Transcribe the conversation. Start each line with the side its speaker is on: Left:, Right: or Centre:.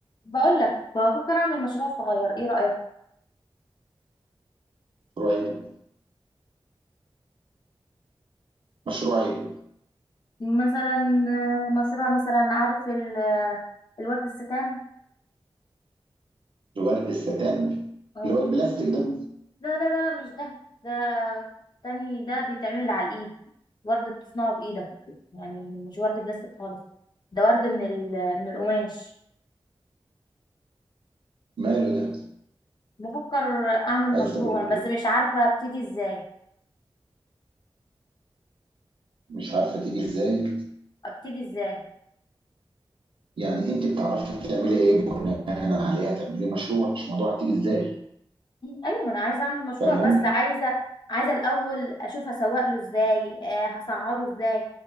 Left: بقول لك بفكر اعمل مشروع صغير ايه رأيك
Right: مشروع ايه ده؟ مشروع ايه؟
Left: مثلا آه، مشروع مثلا عارف ال- آه، الورد الستان
Right: الورد الستان
Left: اه
Right: اللي هو البلاستيك ده
Left: لا لا لا مش ده ده تاني ده بيتعمل على الايد ورد بتصنعه بايدك يعني مش ورد بلاستيك خالص ده ورد من ال- من القماش
Right: ماله ده؟
Left: بفكر اعمل
Right: عايز
Left: مشروع
Right: تعملي
Left: بس
Right: ايه؟
Left: مش عارفة ابتدي ازاي
Right: مش عارفه تيجي ازاي؟
Left: ابتدي ازاي
Right: يعني انت بتعرفي تعملي ايه بناء عليها تعملي مشروع مش موضوع هتيجي ازاي؟
Left: ايوه ما انا عايزه اعمل مشروع
Right: فاهماني؟
Left: بس عايزه عايزه الاول اشوف هسوق له ازاي آه هسعره ازاي